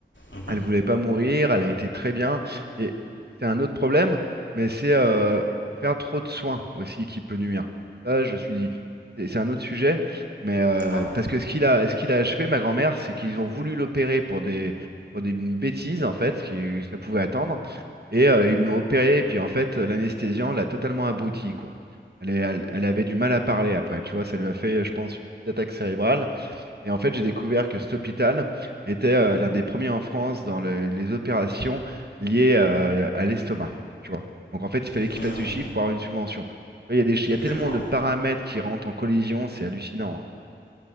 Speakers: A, on the left; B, on the right.
A: mhm.
B: Elle voulait pas mourir, elle a été très bien. Et c'est un autre problème, mais c'est euh, faire trop de soins aussi qui peut nuire. Ça, je suis dit, c'est c'est un autre sujet, mais euh,
A: Ouais.
B: parce que ce qu'il a, ce qu'il a achevé, ma grand-mère, c'est qu'ils ont voulu l'opérer pour des, pour des bêtises en fait, qui ça pouvait attendre, et euh, ils l'ont opéré, et puis en fait, l'anesthésiant l'a totalement abruti, quoi. Elle, est- elle, elle avait du mal à parler après, tu vois, ça lui a fait, je pense, une petite attaque cérébrale. Et en fait, j'ai découvert que cet hôpital était euh, l'un des premiers en France dans le- les opérations liées euh, à l'estomac. Tu vois. Donc en fait, il fallait qu'il
A: Hmm,
B: fasse du chiffre pour avoir une subvention. Tu vois, Il y a des, ch- il y a tellement
A: D'accord.
B: de paramètres qui rentrent en collision, c'est hallucinant. hein.